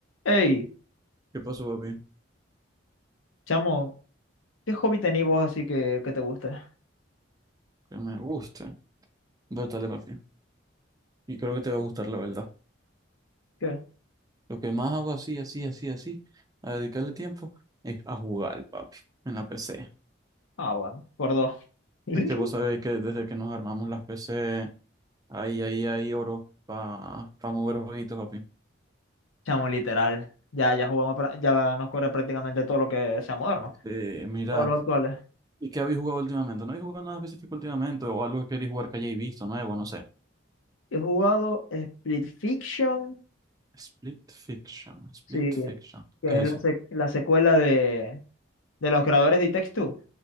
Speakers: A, on the left (about 85°); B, on the right (about 20°).
A: Ey,
B: ¿Qué pasó, papi?
A: chamo, ¿qué hobby tenés vos así que, que te gusta?
B: Que me gusta. Vétale, papi. Y creo que te va a gustar, la verdad.
A: ¿Qué?
B: Lo que más hago así, así, así, así, a dedicarle tiempo, es a jugar, papi, en la PC.
A: Ah, bueno, por dos. <laughs>
B: Es que vos sabéis que desde que nos armamos las PC, ahí, ahí, ahí, oro, para mover jueguitos, papi.
A: Chamo, literal. Ya, ya jugamos, pra- ya nos corre prácticamente todo lo que sea moderno.
B: Eh, mira,
A: Todos los actuales.
B: ¿y qué habéis jugado últimamente? ¿No habéis jugado nada específico últimamente? ¿O algo que queréis jugar que hayáis visto nuevo? No sé.
A: He jugado Split Fiction,
B: Split Fiction, Split
A: sí,
B: Fiction.
A: que
B: ¿Qué es
A: es la,
B: eso?
A: sec- la secuela de, de los creadores de It Takes Two.